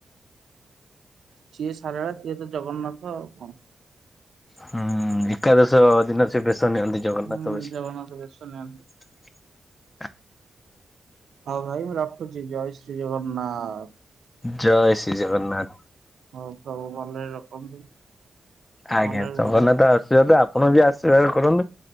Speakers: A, on the right (about 75°); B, on the left (about 25°).
A: ଯିଏ ସାରଳା ସିଏ ତ ଜଗନ୍ନାଥ ଆଉ କଣ।
B: ହୁଁ ଏକାଦଶ ଦିନ ସେ ବେଶ ନିୟନ୍ତି ଜଗନ୍ନାଥ
A: ହୁଁ
B: ବେଶ।
A: ଜଗନ୍ନାଥ ବେଶ ନିଅନ୍ତି।
B: <unintelligible>
A: ହଉ ଭାଇ ମୁଁ ରଖୁଛି ଜୟ ଶ୍ରୀ ଜଗନ୍ନାଥ।
B: ଜୟ ଶ୍ରୀ ଜଗନ୍ନାଥ।
A: ହଉ ପ୍ରଭୁ ଭଲରେ ରଖନ୍ତୁ।
B: ଆଜ୍ଞା
A: ଭଲରେ ରୁହ
B: ଜଗନ୍ନାଥ ଆଶୀର୍ବାଦ ଆପଣ ବି ଆଶୀର୍ବାଦ କରନ୍ତୁ।